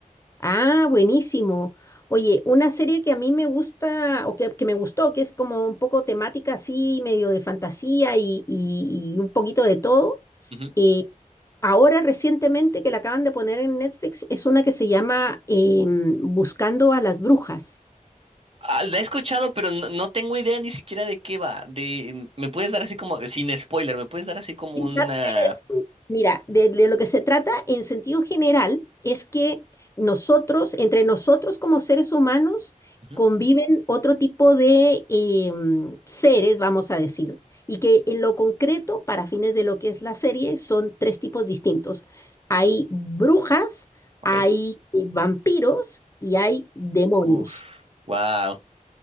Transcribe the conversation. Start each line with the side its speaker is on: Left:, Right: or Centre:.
Left: Ah, buenísimo. Oye, una serie que a mí me gusta o que, que me gustó, que es como un poco temática así, medio de fantasía y, y- y un poquito de todo,
Right: Ujú.
Left: eh, Ahora recientemente que la acaban de poner en Netflix es una que se llama em, Buscando a las Brujas.
Right: Ah, la he escuchado, pero no, no tengo idea ni siquiera de qué va. De, mm, me puedes dar así como, sin spoiler, me puedes dar así como
Left: En
Right: una.
Left: parte Mira, de, de lo que se trata en sentido general es que nosotros, entre nosotros como seres humanos,
Right: Ujú,
Left: conviven otro tipo de em, seres, vamos a decir, y que en lo concreto, para fines de lo que es la serie, son tres tipos distintos. Hay brujas,
Right: Ok.
Left: hay eh, vampiros y hay demonios.
Right: Uf, wow.